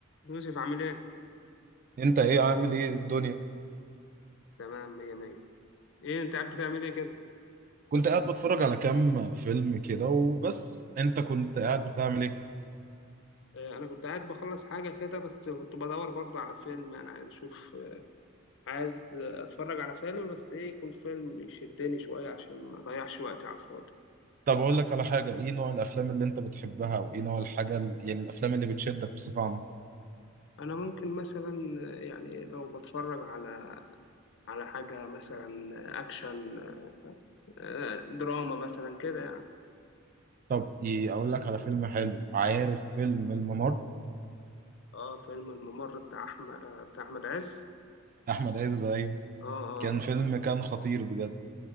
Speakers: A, on the left; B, on the right.
A: يوسف عامل ايه؟
B: انت ايه عامل ايه الدنيا
A: تمام مية مية ايه انت قاعد بتعمل ايه كده؟
B: كنت قاعد بتفرج على كام فيلم كده وبس انت كنت قاعد بتعمل ايه
A: اه انا كنت قاعد بخلص حاجة كده بس كنت بدور برضو على فيلم انا عايز اشوف آه، عايز آه، اتفرج على فيلم بس ايه يكون فيلم يشدني شوية عشان ما اضيعش وقتي على الفاضي
B: طب اقول لك على حاجه ايه نوع الافلام اللي انت بتحبها وايه نوع الحاجه ال- يعني الافلام اللي بتشدك بصفه عامه
A: انا ممكن مثلا آه، يعني لو بتفرج على على حاجة مثلا آه، اكشن آه، دراما مثلا كده يعني
B: طب ايه اقول لك على فيلم حلو عارف فيلم الممر
A: اه فيلم الممر بتاع احمد آه، بتاع احمد عز
B: احمد عز ايوه
A: اه اه
B: كان فيلم كان خطير بجد